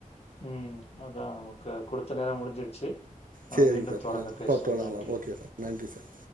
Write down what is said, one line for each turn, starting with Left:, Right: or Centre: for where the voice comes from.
Left: ம் அதான் நமக்கு குடுத்த நேரோ முடிஞ்சிருச்சு நம்ம
Right: சேரிங்க
Left: மீண்டும்
Right: சார்
Left: தொடர்ந்து
Right: ஆ அப்பா
Left: பேசுவோ
Right: தொடரலா
Left: நன்றி
Right: ஓகே சார் நன்றி சார்